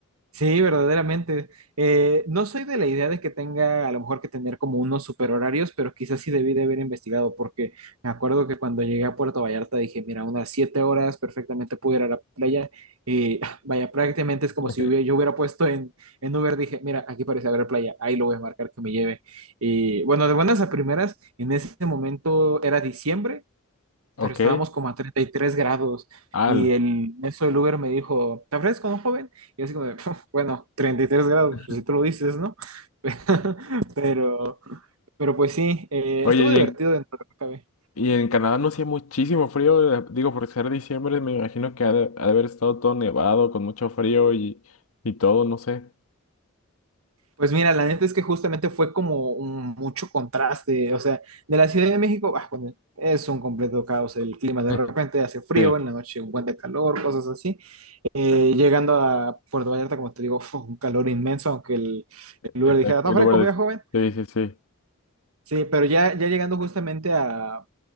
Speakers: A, on the right; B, on the left.
A: Sí, verdaderamente. Eh, no soy de la idea de que tenga a lo mejor que tener como unos super horarios, pero quizás sí debí de haber investigado, porque me acuerdo que cuando llegué a Puerto Vallarta dije, mira, unas siete horas perfectamente puedo ir a la playa. Y <laughs> ah, vaya, prácticamente es como
B: <laughs>
A: si hubiera, yo hubiera puesto en, en Uber, dije, mira, aquí parece haber playa, ahí lo voy a marcar que me lleve. Y bueno, de buenas a primeras, en ese momento era diciembre
B: Ok.
A: pero estábamos como a 33 grados
B: Al.
A: y el eso del Uber me dijo, ¿te ofreces como joven? Y así como, de, <laughs> bueno, 33 grados,
B: <laughs>
A: pues si tú lo dices, ¿no? <laughs> Pero, pero pues sí, eh,
B: Oye,
A: estuvo
B: ¿y
A: divertido
B: en-
A: dentro de lo que cabe.
B: Y en Canadá no hacía muchísimo frío, eh, digo, por ser diciembre, me imagino que ha de, ha de haber estado todo nevado, con mucho frío y, y todo, no sé.
A: Pues mira, la neta es que justamente fue como un mucho contraste, o sea, de la Ciudad de México, bah, bueno, es un completo caos el clima, de
B: <laughs>
A: repente hace frío,
B: Sí, eh,
A: en la noche un buen de calor, cosas así. Eh, llegando a Puerto Vallarta, como te digo, <laughs> fue un calor inmenso, aunque el, el
B: el,
A: Uber dijera,
B: ta-
A: está
B: el
A: fresco,
B: lugar
A: voy a joven,
B: de... Sí, sí, sí.
A: Sí, pero ya, ya llegando justamente a,